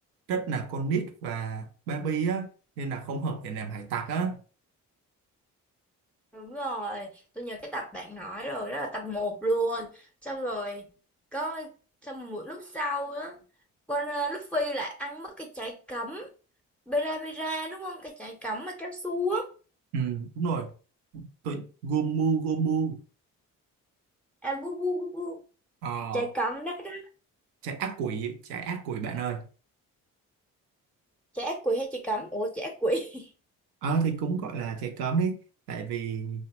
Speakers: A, on the right; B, in the centre.
A: rất là con nít và baby á nên là không hợp để làm hải tặc á
B: Đúng rồi, tôi nhớ cái tập bạn nói rồi, đó là tập một luôn. Xong rồi, có xong một lúc sau đó, con ờ, Luffy lại ăn mất cái trái cấm. Bera Bera đúng không? Cái trái cấm mà kéo xuống.
A: ừ, đúng rồi tôi Gomu Gomu
B: À, bu bu bu bu.
A: ờ,
B: Trái cấm đó đó.
A: trái ác quỷ trái ác quỷ bạn ơi
B: Trái ác quỷ hay trái cấm? Ủa, trái ác quỷ. <laughs>
A: ờ thì cũng gọi là trái cấm đi tại vì